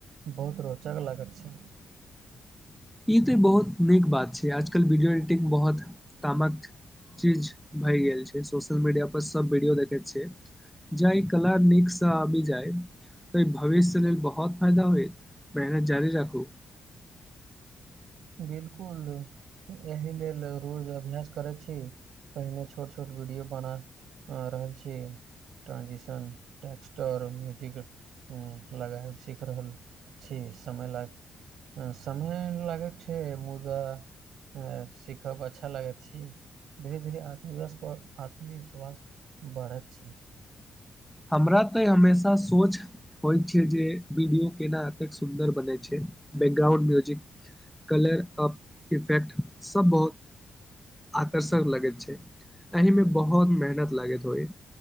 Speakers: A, on the right (about 85°); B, in the centre.
A: बहुत रोचक लागेत छै
B: ई तऽ बहुत नीक बात छै आजकल वीडियो एडिटिंग बहुत कामक चीज भए गेल छै सोशल मीडिया पर सब वीडियो देखैत छैिय जा ई कला नीकसँ आबि जाय तऽ ई भविष्य लेल बहुत फायदा होयत मेहनत जारी राखू
A: बिल्कुल एहि लेल रोज अभ्यास करैत छी पहिने छोट छोट वीडियो बना रहल छी ट्रानंजिशन टेस्ट आओर म्यूजिक लगायब सीख रहल छी समय लागि समय लागैत छै मुदा ऐं सीखब अच्छा लागैत छी धीरे धीरे आत्मविश्वासपर आत्मविश्वास बढ़त छै
B: हमरा त हमेशा सोच होइ छै जे वीडियो केना एतेक सुन्दर बनै छै background music colour up effect सब बहुत आकर्षक लगैत छै एहि मे बहुत मेहनत लागैत होय